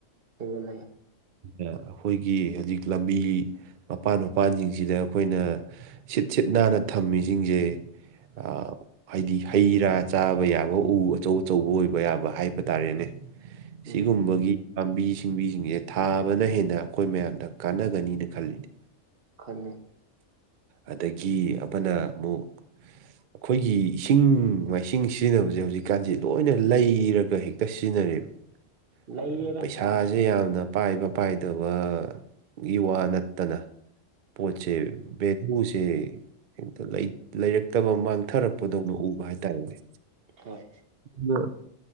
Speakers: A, on the right (about 50°); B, on the right (about 70°).
A: ꯑꯩꯕꯨꯦ
B: ꯑꯩꯈꯣꯏꯒꯤ ꯍꯧꯖꯤꯛ ꯂꯝꯕꯤ ꯃꯄꯥꯟ ꯃꯄꯥꯟꯁꯤꯡꯁꯤꯗ ꯑꯩꯈꯣꯏꯅ ꯁꯤꯠ ꯁꯤꯠ ꯅꯥꯟꯅ ꯊꯝꯃꯤꯁꯤꯡꯁꯦ ꯑ ꯍꯥꯏꯗꯤ ꯍꯩ ꯔꯥ ꯆꯥꯕ ꯌꯥꯕ ꯎ ꯑꯆꯧ ꯑꯆꯧꯕ ꯑꯣꯏꯕ ꯌꯥꯕ ꯍꯥꯏꯕ ꯇꯥꯔꯦꯅꯦ
A: ꯎꯝ
B: ꯁꯤꯒꯨꯝꯕꯒꯤ ꯄꯥꯝꯕꯤ ꯁꯤꯡꯕꯤꯁꯤꯡꯁꯦ ꯊꯥꯕꯅ ꯍꯦꯟꯅ ꯑꯩꯈꯣꯏ ꯃꯌꯥꯝꯗ ꯀꯥꯟꯅꯒꯅꯤꯅ ꯈꯜꯂꯤꯅꯦ
A: ꯈꯜꯜꯂꯤꯦ
B: ꯑꯗꯒꯤ ꯑꯃꯅ ꯑꯃꯨꯛ ꯑꯩꯈꯣꯏꯒꯤ ꯏꯁꯤꯡ ꯃꯥꯏꯁꯤꯡ ꯁꯤꯖꯤꯟꯅꯕꯁꯦ ꯍꯧꯖꯤꯛ ꯍꯧꯖꯤ ꯀꯥꯟꯁꯤꯦ ꯂꯣꯏꯅ ꯂꯩꯔꯒ ꯍꯦꯛꯇ ꯁꯤꯖꯤꯟꯅꯔꯦꯕ
A: ꯂꯩꯔꯦꯗ
B: ꯍꯥꯏꯗꯤ ꯄꯩꯁꯥꯁꯦ
A: ꯌꯥꯗ꯭ꯔꯦ
B: ꯌꯥꯝꯅ ꯄꯥꯏꯕ ꯄꯥꯏꯗꯕ ꯌꯨꯋꯥ ꯅꯠꯇꯅ ꯄꯣꯠꯆꯦ ꯦꯗꯁꯦ ꯍꯇ ꯂꯩꯔꯛꯇꯕ ꯃꯥꯡꯊꯔꯛꯄꯗꯧꯅ ꯎꯕ ꯍꯥꯏꯇꯥꯔꯦꯅꯦ
A: ꯍꯣꯏ
B: ꯅ